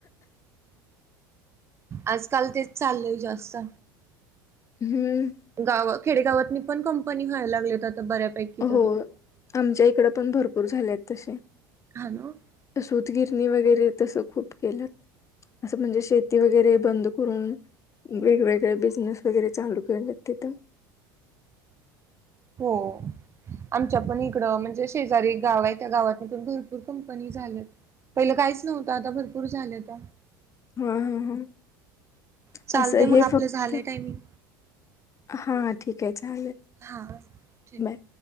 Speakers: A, on the right; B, on the left.
A: आजकाल तेच चाललंय जास्त.
B: हम्म.
A: गाव खेडेगावातनी पण कंपनी व्हायला लागलेत आता बऱ्यापैकी. तरी
B: होय, आमच्याइकड पण भरपूर झालेत तसे.
A: हॅलो! <unintelligible>
B: सूतगिरणी वगैरे तसं खूप केलंत. असं म्हणजे शेती वगैरे बंद करून- वेगवेगळे बिझनेस वगैरे चालू केला तिथं.
A: हो. आमच्या पण इकडं म्हणजे शेजारी गाव आहे, त्या गावात पण भरपूर कंपनी झाल्यात. पहिलं काहीच नव्हतं, आता भरपूर झाल्यात.
B: हं, हं, हं, ह
A: चालते
B: असं
A: मग
B: हे
A: आपलं
B: फक्त-
A: झाले टायमिंग
B: हां ठीक आहे चालेल,
A: हा ठेव
B: बाय.